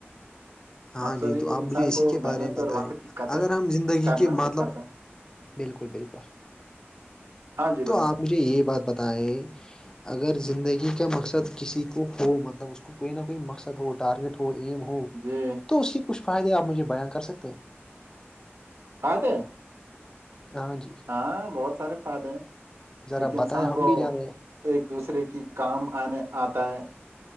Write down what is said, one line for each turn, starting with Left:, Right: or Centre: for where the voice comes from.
Left: ہاں
Right: مقصد
Left: جی
Right: ہی
Left: تو
Right: انسان
Left: آپ مجھے اسی
Right: کو
Left: کے
Right: محنت
Left: بارے میں
Right: اور
Left: بتائیں
Right: وقت کی قدر
Left: اگر ہم زندگی
Right: کرنا
Left: کے مطلب
Right: سکھاتا ہے
Left: بالکل بالکل
Right: ہاں جی
Left: تو
Right: بائیو
Left: آپ مجھے یہ بات بتائیں اگر زندگی کا مقصد کسی کو ہو مطلب اس کو کوئی نہ کوئی مقصد ہو ارگیٹ ہو ایم ہو
Right: جی <inaudible>
Left: تو اس کے کچھ فائدے آپ مجھے بییاں کر سکتے ہیں
Right: فات ہے <inaudible>
Left: ہاں جی
Right: ہاں بہت سارے فائدے ہیں
Left: ذرا
Right: ایک انسان
Left: بتائیں ہم
Right: کو
Left: بھی جانیں
Right: ایک دوسرے کی کام آنے آتا ہے